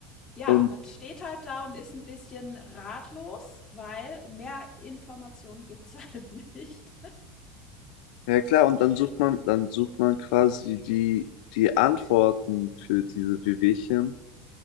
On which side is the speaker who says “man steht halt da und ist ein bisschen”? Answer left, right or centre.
Left